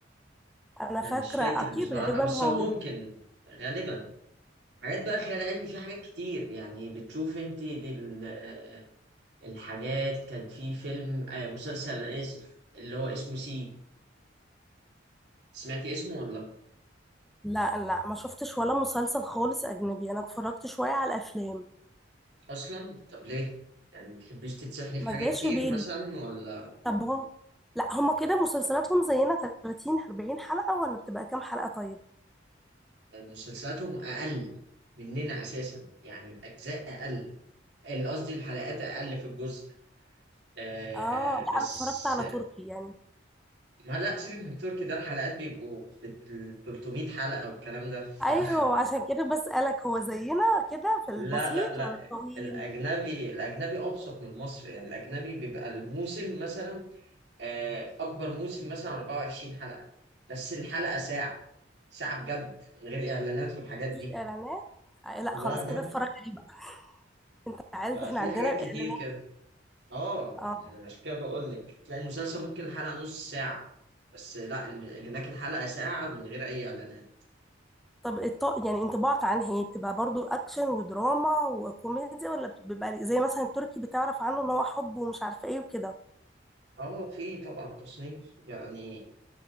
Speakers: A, in the centre; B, on the right.
A: انا
B: انا
A: فاكرة
B: مش فاكر
A: اكيد
B: بصراحه
A: غالبا
B: بس
A: هو
B: هو ممكن غالبا حاجات بقى خيال علمي في حاجات كتير يعني بتشوف انت دي ال- آه، الحاجات كان في فيلم آه، مسلسل انا اسف اللي هو اسمه سي سمعتي اسمه ولا
A: لا لا ما شفتش ولا مسلسل خالص اجنبي انا اتفرجت شوية على الافلام
B: اصلا طب ليه يعني ما بتحبيش تتسحلي في
A: ما
B: حاجه
A: جاش
B: كتير
A: في بالي
B: مثلا ولا
A: طب هو لا هما كده مسلسلاتهم زينا 30 40 حلقة ولا بتبقى كام حلقة طيب
B: مسلسلاتهم اقل مننا اساسا يعني الاجزاء اقل ال- قصدي الحلقات اقل في الجزء آه
A: اه لا
B: بس
A: انا اتفرجت على تركي يعني
B: ما لا سيبك من التركي ده الحلقات بيبقوا بال 300 حلقة والكلام ده فلا
A: ايوه عشان كده بسألك هو زينا كده
B: <laughs>
A: في البسيط
B: لا لا لا.
A: ولا الطويل
B: الاجنبي الاجنبي ابسط من المصري يعني الاجنبي بيبقى الموسم مثلا آه اكبر موسم مثلا 24 حلقة بس الحلقة ساعة ساعة بجد من غير اعلانات والحاجات دي
A: مفيش اعلانات آه، لا
B: لا
A: خلاص
B: لا
A: كده اتفرج عليه بقى انت عارف
B: ففي
A: احنا عندنا
B: حاجات
A: الاعلانات
B: كتير كده اه
A: اه
B: عشان كده بقول لك تلاقي المسلسل ممكن الحلقة نص ساعة بس لا الم... هناك الحلقة ساعة من غير أي إعلانات
A: طب الط- يعني انطباعك عنها هي بتبقى برضو اكشن ودراما وكوميديا ولا بت- بيبقى زي مثلا التركي بتعرف عنه ان هو حب ومش عارفه ايه وكده
B: اه في طبعا تصنيف يعني